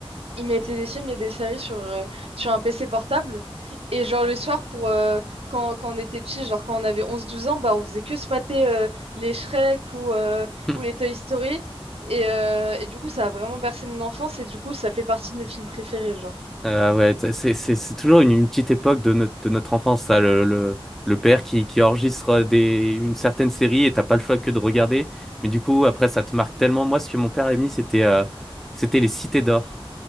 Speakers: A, on the right; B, in the centre.
A: il mettait des films et des séries sur, euh, sur un PC portable. Et genre le soir, pour, euh, quand, quand on était petit, genre quand on avait onze douze ans, bah, on faisait que se mater euh, les Shrek ou, euh,
B: <laughs>
A: ou les Toy Story. Et, euh, et du coup, ça a vraiment bercé mon enfance et du coup, ça fait partie de mes films préférés, genre.
B: Euh, ouais, t- c'est c'est- c'est toujours une, une petite époque de notre, de notre enfance, ça, le, le, le père qui, qui enregistre des, une certaine série et t'as pas le choix que de regarder. Mais du coup, après, ça te marque tellement. Moi, ce que mon père a mis, c'était euh, c'était les Cités d'Or.